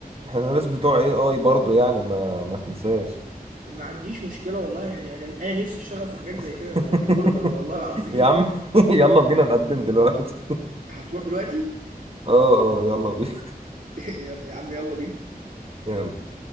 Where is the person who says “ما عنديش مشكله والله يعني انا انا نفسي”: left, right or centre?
Right